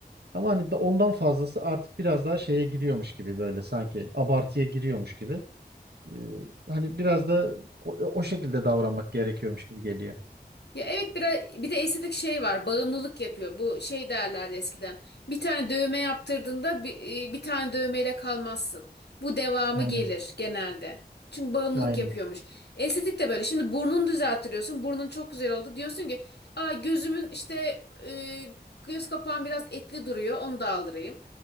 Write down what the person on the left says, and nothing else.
Ya evet biraz bir de estetik şey var. Bağımlılık yapıyor. Bu şey derlerdi eskiden. Bir tane dövme yaptırdığında bir, e, bir tane dövmeyle kalmazsın. Bu devamı
gelir genelde. Çünkü bağımlılık
yapıyormuş. Estetik de böyle. Şimdi burnunu düzelttiriyorsun. Burnun çok güzel oldu. Diyorsun ki, "Aa gözümün işte e, göz kapağım biraz etli duruyor. Onu da aldırayım."